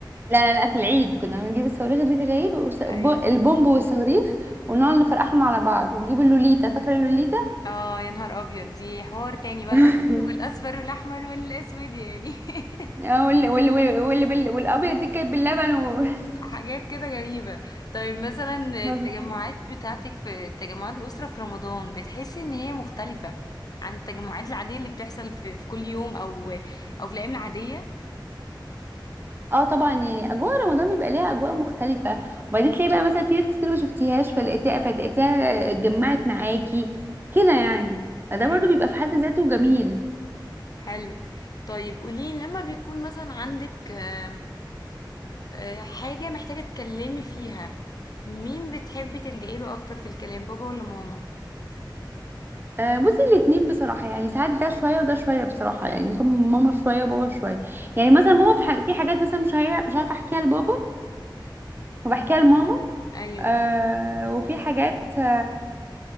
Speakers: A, on the right; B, on the left.
A: لا لا لا في العيد كنا بنجيب الصواريخ دي في العيد وس... ب...
B: ايوه
A: البومب والصواريخ ونقعد نفرقعهم على بعض ونجيب اللوليتا فاكرة اللوليتا؟
B: اه يا نهار أبيض دي حوار تاني بقى
A: <laughs>
B: الأخضر والأصفر والأحمر والأسود يعني <laughs>
A: اه وال... وال... وال... وال... بال... والأبيض دي كانت باللبن وبس
B: حاجات
A: <laughs>
B: كده غريبة طيب مثلا
A: مظبوط
B: التجمعات بتاعتك في تجمعات الأسرة في رمضان بتحسي ان هي مختلفة عن التجمعات العادية اللي بتحصل في, في كل يوم او او في الأيام العادية
A: اه طبعا يعني اجواء رمضان بيبقى ليها اجواء مختلفه وبعدين تلاقي بقى مثلا في ناس كتير ما شفتيهاش فلقيتيها فتلاقيتيها اتجمعت معاكي كده يعني
B: تمام
A: فده برضو بيبقى في حد ذاته جميل
B: حلو طيب قولي لما بيكون مثلا عندك آم، آه، حاجة محتاجة تكلمي فيها مين بتحبي تلجئي له اكتر في الكلام بابا ولا ماما
A: آه، بصي الاتنين بصراحة يعني ساعات ده شوية وده شوية بصراحة يعني ممكن ماما شوية وبابا شوية يعني مثلا ماما في, حاج... في حاجات مثلا مش هي... مش عارفة احكيها لبابا وبحكيها لماما
B: ايوه
A: آه وفي حاجات آه